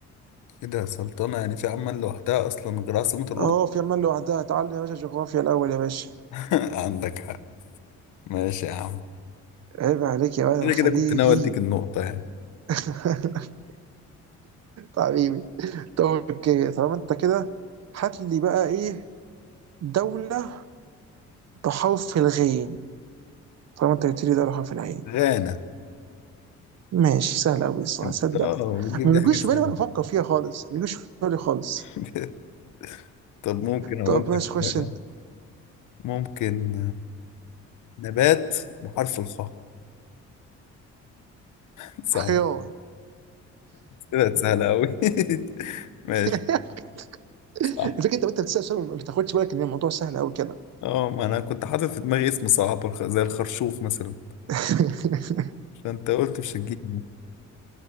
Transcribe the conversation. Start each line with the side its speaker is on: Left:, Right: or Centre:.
Left: كده يا سلطانة يعني في عمان لوحدها اصلا غير عاصمة الأردن
Right: اه في عمان لوحدها تعالى يا باشا جغرافيا الأول يا باشا
Left: <laughs> عندك حق ماشي يا عم
Right: عيب عليك يا ولد
Left: كده
Right: أنا خليجي
Left: كده كنت ناوي اديك النقطة يعني
Right: <laughs> حبيبي طب اوكي طالما انت كده هات لي بقى ايه دولة تحف الغين طالما انت قلت لي ده تحف العين
Left: غانا
Right: ماشي سهل قوي الصراحه
Left: انت
Right: صدق
Left: اه بتجيب
Right: ما
Left: لي
Right: بيجوش
Left: حاجات
Right: في
Left: سهلة
Right: بالي وانا بفكر فيها خالص ما بيجوش في بالي خالص
Left: <laughs> طب ممكن اقول
Right: طب ماشي
Left: لك
Right: خش
Left: بقى
Right: انت
Left: ممكن نبات بحرف الخاء <laughs> صعب
Right: خيار
Left: طلعت سهلة أوي <laughs> ماشي
Right: <laughs>
Left: صح
Right: الفكره انت وانت بتسال سؤال ما بتاخدش بالك ان الموضوع سهل قوي كده
Left: اه ما أنا كنت حاطط في دماغي اسم صعب الخ- زي الخرشوف مثلا
Right: <laughs>
Left: فأنت قلت مش هتجيبه